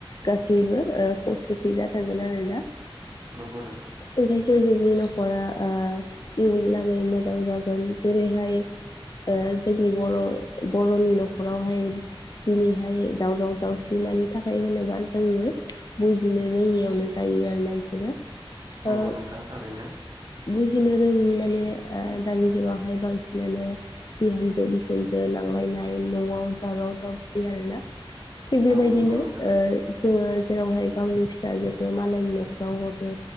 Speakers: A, on the left; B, on the right.
A: गासैबो ओ खौसेथि जाथांगोन आरोना
B: नोंगौ नों
A: ओंखायसो जोंनि न'खरा ओ इयुन लागै मोजां जागोन जेरैहाय ओ जोंनि बर' बर'नि न'खरावहाय दिनैहाय दावराव दावसिन मानि थाखाय होनोबा जोङो बुजिनो रोङियावनो जायो आरोना इफोरो ओ
B: औ नोंथां थारैनो
A: बुजिनो रोङि माने ओ दानि जुगावहाय बांसिनानो बिहामजो बिखुनजो नांलायनाय न'आव दावराव दावसि आरोना थिग बेबायदिनो
B: औ नंगौ नोंथां
A: जोङो जेरावहाय गावनि फिसाजोखौ मालायनि न'खराव हरो